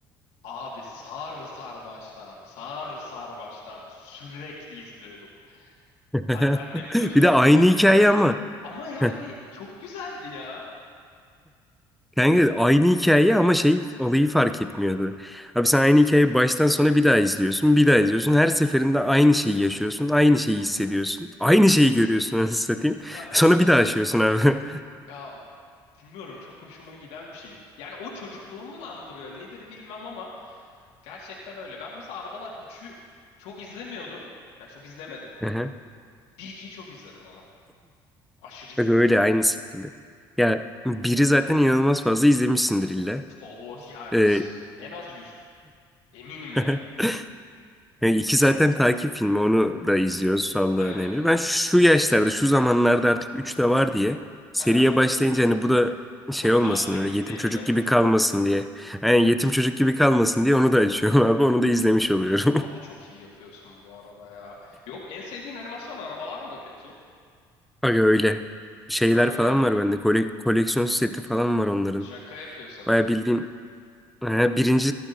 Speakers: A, on the left; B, in the centre.
A: Abi sar sar baştan, sar sar baştan sürekli izliyordum.
B: <laughs>
A: Annem diyordu
B: Bir
A: çocuğum
B: de aynı
A: bak.
B: hikaye ama.
A: Ama yani
B: <laughs>
A: çok güzeldi ya.
B: Kanka aynı hikaye ama şey olayı fark etmiyordu. Abi sen aynı hikayeyi baştan sona bir daha izliyorsun, bir daha izliyorsun. Her seferinde aynı şeyi yaşıyorsun, aynı şeyi hissediyorsun. Aynı
A: Ya
B: şeyi görüyorsun anasını satayım.
A: ya evet.
B: Sonra bir daha yaşıyorsun abi.
A: Ya bilmiyorum çok hoşuma giden bir şey. Yani o çocukluğumu mu andırıyor nedir bilmem ama Gerçekten öyle. Ben mesela Arabalar üçü çok izlemiyordum. Ya çok izlemedim.
B: <laughs>
A: Bir 2yi çok izledim ama. Aşırı izledim.
B: Bak öyle aynı şekilde. Ya biri zaten inanılmaz fazla izlemişsindir illa.
A: O, o ya yüz.
B: Ee,
A: En az 100, Eminim
B: <laughs>
A: yani.
B: yani iki zaten takip filmi onu da izliyoruz Allah'ın
A: Aynen.
B: emri. Ben şu yaşlarda şu zamanlarda artık 3 de var diye seriye
A: Ha.
B: başlayınca hani bu da şey
A: Bunu
B: olmasın
A: da artık
B: öyle
A: izleyelim.
B: yetim çocuk
A: <laughs>
B: gibi kalmasın diye. Yani yetim çocuk gibi kalmasın diye onu da açıyorum abi onu da izlemiş oluyorum.
A: Abi
B: <laughs>
A: çok iyi yapıyorsun bu arada ya. Yok en sevdiğin animasyon arabalar mı peki?
B: Bak öyle şeyler
A: Öyle
B: falan
A: mi?
B: var bende kole- koleksiyon seti falan var onların.
A: Şaka yapıyorsun.
B: Baya bildiğin Ha, birinci,